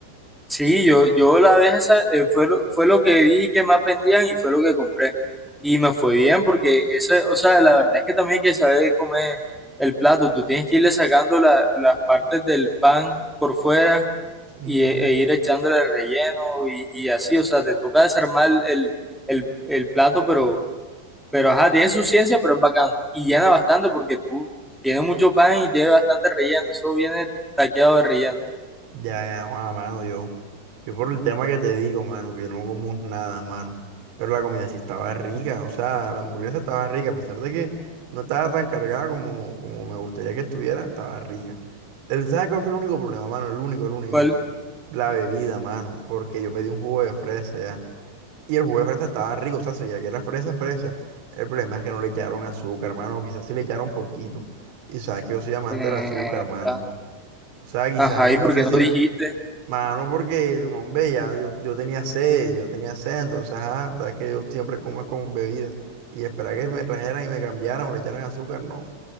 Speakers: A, in the centre; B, on the right (about 45°).
A: Sí, yo, yo la vez esa eh, fue lo, fue lo que vi que más vendían y fue lo que compré. Y me fue
B: Mm,
A: bien porque eso, o sea, la verdad es que también hay que saber comer el plato. Tú tienes que irle sacando la- las partes del pan por fuera
B: Mm,
A: y, e, e ir echándole el relleno y, y así. O sea, te toca desarmar el, el, el plato, pero Pero ajá, tiene su ciencia, pero es bacano. Y llena bastante porque tú tiene mucho pan y tiene bastante relleno. Eso viene taqueado de relleno.
B: ya, ya, Juan, mano, yo. Yo por el tema que te digo, mano, que no como nada, mano. Pero la comida sí estaba rica, o sea, la hamburguesa estaba rica, a pesar de que no estaba tan cargada como, como me gustaría que estuviera, estaba rica. El, ¿sabes cuál fue el único problema, mano? El único, el único.
A: ¿Cuál?
B: La bebida, mano, porque yo pedí un jugo de fresa ya. Y el jugo de fresa estaba rico, o sea, se veía que era fresa, fresa. El problema es que no le echaron azúcar, mano, o quizás sí le echaron poquito. Y sabes que yo soy amante
A: Mierda.
B: del azúcar, mano. O sea, quizás
A: Ajá,
B: ahí
A: ¿y
B: no
A: por
B: sé
A: qué no
B: si,
A: dijiste?
B: Mano, porque el hombre ya, yo, yo tenía sed, yo tenía sed, entonces, ajá, sabes que yo siempre como es con bebida. Y esperar que me trajeran y me cambiaran o le echaran azúcar, no,